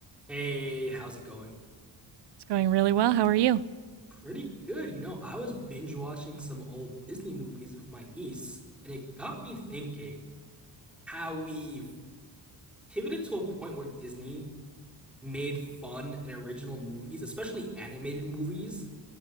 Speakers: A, in the centre; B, on the right (about 65°).
A: Hey, how's it going?
B: It's going really well. How are you?
A: Pretty good. You know, I was binge watching some old Disney movies with my niece, and it got me thinking how we've pivoted to a point where Disney made fun and original movies, especially animated movies.